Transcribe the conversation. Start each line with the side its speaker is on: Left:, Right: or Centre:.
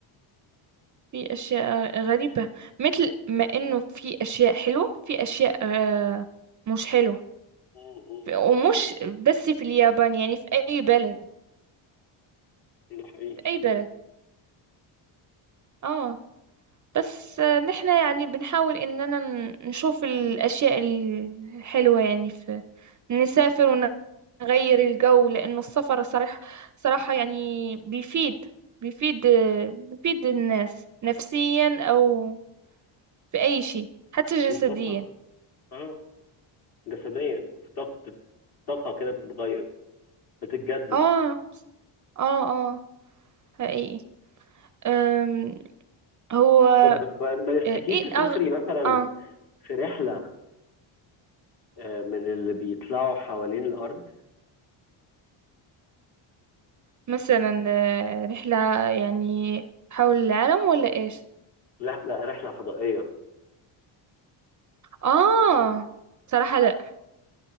Right: في أشياء غريبة مثل ما إنه في أشياء حلوة في أشياء آه، مش حلوة
Left: م-
Right: ومش بس في اليابان يعني في أي بلد
Left: م. ده حقيقي
Right: في أي بلد آه بس آه، نحن يعني بنحاول إننا ن- نشوف الأشياء الحلوة يعني في نسافر ونغير الجو لأنه السفر صراحة صراحة يعني بيفيد بيفيد آه، بيفيد الناس نفسيا أو في أي شيء حتى
Left: الطاقة
Right: جسديا
Left: اه جسديا في طاقة طاقة كده بتتغير بتتجدد
Right: آه آه آه حقيقي أم، هو
Left: طب ما ما نفسكيش
Right: آه، ايه
Left: تسافري
Right: أغ...
Left: مثلا
Right: اه
Left: في رحلة آه، من اللي بيطلعوا حوالين الارض
Right: مثلا آه، رحلة يعني حول العالم ولا ايش
Left: رحله رحله فضائيه
Right: اه صراحة لا